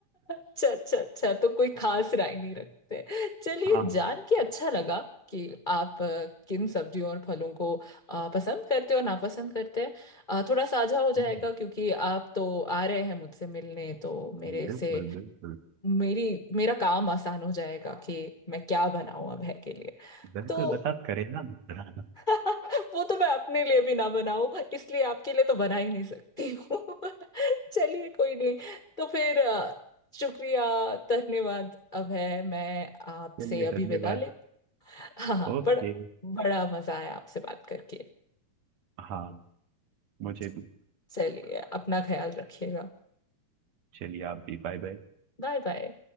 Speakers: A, on the left (about 65°); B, on the right (about 65°).
A: अच्छा अच्छा अच्छा तो कोई खास राय नहीं रखते चलिए
B: हाँ
A: जान के अच्छा लगा कि आप अ, किन सब्जियों और फलों को अ, पसंद करते हो नापसंद करते हैं अ, थोड़ा साझा हो जाएगा
B: हम्म,
A: क्योंकि आप तो आ रहे हैं मुझसे मिलने तो मेरे
B: बिल्कुल
A: से
B: बिल्कुल
A: मेरी मेरा काम आसान हो जाएगा कि मैं क्या बनाऊं अब है के लिए
B: बिल्कुल
A: तो
B: बस आप करें ना <laughs>
A: <laughs> वो तो मैं अपने लिए भी ना बनाऊं इसलिए आपके लिए तो बना ही नहीं सकती हूँ <laughs> चलिए कोई नहीं तो फिर अ, शुक्रिया धन्यवाद अब है मैं आपसे
B: चलिए
A: अभी
B: धन्यवाद
A: विदा ले हाँ हाँ,
B: ओके
A: बड़ा बड़ा मजा आया आपसे बात करके
B: हाँ मुझे
A: च-
B: भी
A: चलिए अपना ख्याल रखिएगा
B: चलिए आप भी बाय बाय
A: Bye bye